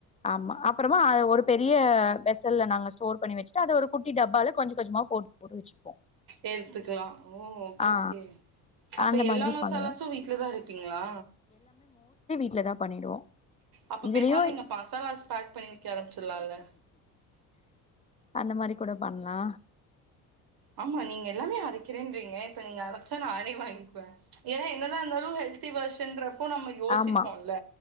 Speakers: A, on the left; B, on the right.
A: ஆமா அப்புறமா ஒரு பெரிய பெரிய வெசல்ல நாங்க ஸ்டோர் பண்ணி வச்சுட்டு அதை ஒரு குட்டி டப்பால கொஞ்சம் கொஞ்சமா போட்டு போட்டு வச்சு
B: எத்துக்கலா ம் ஓ ஓகே
A: ஆ
B: ஓகே அப்ப
A: அந்த
B: எல்லா
A: மாதிரி
B: மசாலாஸும்
A: பண்ணுவோ
B: வீட்லதான் அரப்பீங்களா
A: வீட்ல தான் பண்ணிடுவோ
B: அப்ப
A: இதுலயு
B: பேசாம நீங்க மசாலாஸ் பேக் பண்ணி விக்க ஆரம்பச்சிடலாம்ல
A: அந்த மாதிரி கூட பண்லா
B: ஆமா நீங்க எல்லாமே அரைக்கிறேன்றீங்க இப்ப நீங்க அரைச்சா நானே வாங்கிக்குவே ஏன்னா என்னதான் இருந்தாலும் ஹெல்தி வர்ஷன்ற இப்போ நம்ம யோசிப்போம்ல்ல
A: ஆமா